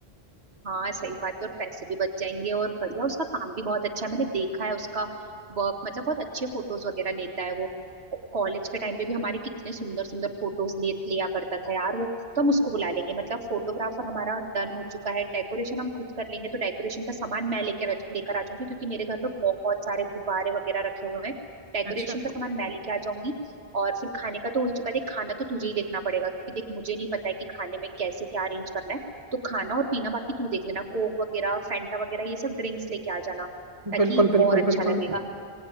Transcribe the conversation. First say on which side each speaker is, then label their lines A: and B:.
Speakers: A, on the right; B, on the right.
A: हाँ सही बात है और पैसे भी बच जाएंगे और बढ़िया उसका काम भी बहुत अच्छा है मैंने देखा है उसका वर्क मतलब बहुत अच्छे फोटोज वगैरह लेता है वो कॉलेज के टाइम पे भी हमारे कितने सुंदर सुंदर फोटोज ले लिया करता था यार वो तो हम उसको बुला लेंगे मतलब फोटोग्राफर हमारा डन हो चुका है डेकोरेशन हम खुद कर लेंगे तो डेकोरेशन का सामान मैं लेकर लेकर आ जाऊंगी क्योंकि मेरे घर पे बहुत सारे गुब्बारे वगैरह रखे हुए हैं डेकोरेशन
B: अच्छा
A: का सामान मैं लेके आ जाऊंगी और फिर खाने का तो हो ही चुका है देख खाना तो तुझे ही देखना पड़ेगा क्योंकि देख मुझे नहीं पता है कि खाने में कैसे क्या अरेंज करना है तो खाना और पीना बाकी तू देख लेना कोक वगैरह फैंटा वगैरह ये सब ड्रिंक्स लेके आ जाना ताकि
B: बिल्कुल बिल्कुल
A: और अच्छा
B: बिल्कुल
A: लगेगा